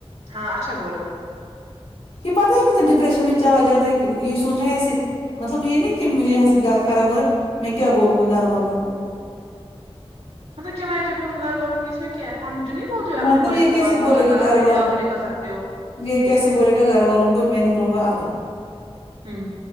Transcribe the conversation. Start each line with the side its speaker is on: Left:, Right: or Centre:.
Right: ہاں اچھا بولا
Left: یہ پتہ ہے کیتا ڈپریشن میں چلا جاتا ہے یہ سونچا ہے ایسے مطلب یہ نہیں کہ مجھے یہاں سے گھر خراب ہو رہا ہے میں کیا بولوں گا گھر والوں کو
Right: مطلب کیا میں کیا بولوں گا گھر والوں کہ اس میں کیا ہم تو نہیں بولتے ہو اپنے
Left: مطلب
Right: بھائی
Left: یہ
Right: کو
Left: کیسے
Right: آپ کو
Left: بولے
Right: اگر
Left: گا
Right: برابری
Left: گھر وال
Right: نہیں آپ بھی نہیں کر سکتے ہو
Left: یہ کیسے بولے گا گھر والوں کو میں نکلوں گا الگ
Right: ہوں